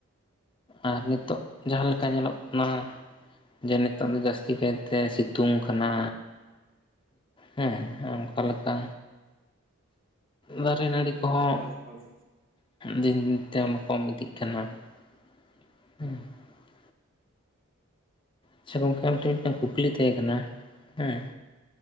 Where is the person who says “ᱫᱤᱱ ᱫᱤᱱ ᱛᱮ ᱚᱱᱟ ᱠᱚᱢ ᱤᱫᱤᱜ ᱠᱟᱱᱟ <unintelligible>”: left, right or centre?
Left